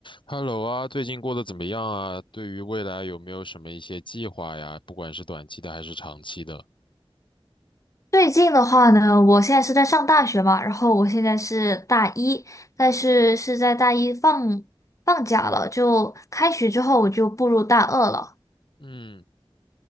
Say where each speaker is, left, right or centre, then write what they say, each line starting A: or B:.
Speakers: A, on the left (about 55°); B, on the left (about 35°).
A: Hello 啊，最近过得怎么样啊？对于未来有没有什么一些计划呀？不管是短期的还是长期的。
B: 最近的话呢，我现在是在上大学嘛，然后我现在是大一，但是是在大一放放假了，就开学之后我就步入大二了。
A: 嗯，